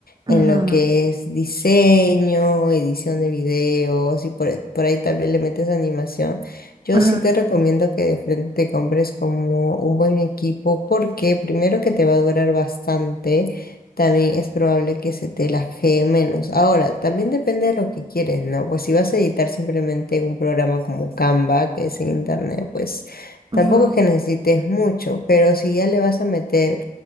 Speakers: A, on the right; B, on the left.
A: Ajá,
B: en lo que es diseño, edición de videos y por, por ahí también le metes animación, yo
A: ajá,
B: sí te recomiendo que de frente te compres como un buen equipo porque primero que te va a durar bastante también es probable que se te lajee menos. Ahora, también depende de lo que quieres, ¿no? Pues si vas a editar simplemente en un programa como Canva, que es en internet, pues
A: ajá,
B: tampoco es que necesites mucho, pero si ya le vas a meter